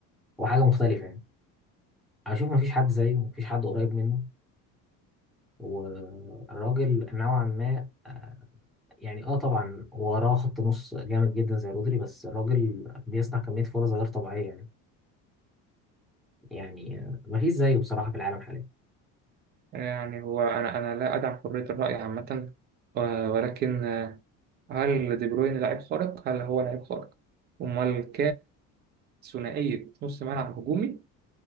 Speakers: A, in the centre; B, on the right (about 30°).
A: هو حاجه مختلفه يعني انا اشوف مفيش حد زيه مفيش حد قريب منه والراجل نوعا ما آه، يعني اه طبعا وراه خط نص جامد جدا زي رودري بس الراجل بيصنع كمية فرص غير طبيعية يعني يعني آه، مفيش زيه بصراحة في العالم حاليا
B: يعني هو أنا أنا لا أدعم حرية الرأي عامة و- ولكن آه، هل دي بروين لاعب خارق؟ هل هو لاعب خارق؟ أمال كثنائية نص ملعب هجومي